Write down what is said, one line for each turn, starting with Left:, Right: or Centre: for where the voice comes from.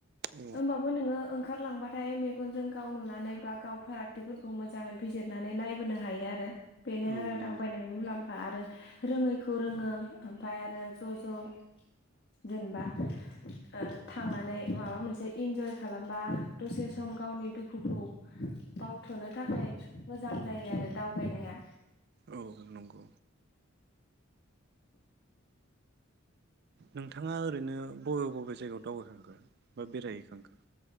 Right: औ
Left: ओमबाबो नोङो ओं खारलांबाथाय मेगनजों गाव नुनानै बा गाव फारागथिफोरखौ मोजाङै बिजिरनानै नायबोनो हायो आरो। बेनो
Right: औ
Left: आरो दावबायनाय
Right: नंगौ
Left: मुलाम्फा आरो रोङैखौ रोङो ओमफाय आरो ज' ज' जेनबा ओ थांनानै माबा मोनसे इन्जय खालामबा दसे सम गावनि दुखुखौ बावथ'नो थाखाय मोजां जायो आरो दावबायनाया।
Right: औ नंगौ नोंथाङा ओरैनो बबे बबे जायगायाव दावबायखांखो? बा बेरायहैखांखो?